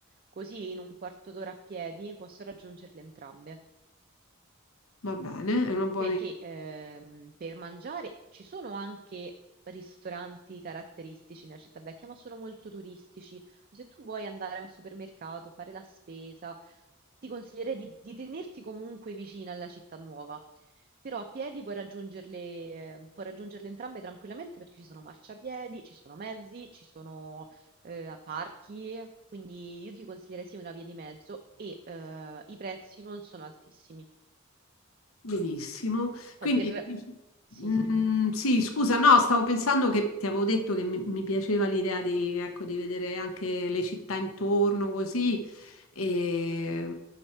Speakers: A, on the right; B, on the left.
A: così in un quarto d'ora a piedi posso raggiungerle entrambe.
B: Va bene, è una buona
A: Perché
B: idea.
A: ehm, per mangiare ci sono anche ristoranti caratteristici nella città vecchia, ma sono molto turistici. Se tu vuoi andare a un supermercato, fare la spesa, ti consiglierei di, di tenerti comunque vicina alla città nuova. Però a piedi puoi raggiungerle, eh, puoi raggiungerle entrambe tranquillamente perché ci sono marciapiedi, ci sono mezzi, ci sono eh, parchi, quindi io ti consiglierei sì una via di mezzo e eh, i prezzi non sono altissimi.
B: Benissimo. Quindi,
A: Poi per...
B: dici-
A: Sì,
B: mm,
A: dimmi.
B: sì, scusa, no, stavo pensando che ti avevo detto che mi, mi piaceva l'idea di, ecco, di vedere anche le città intorno così. E,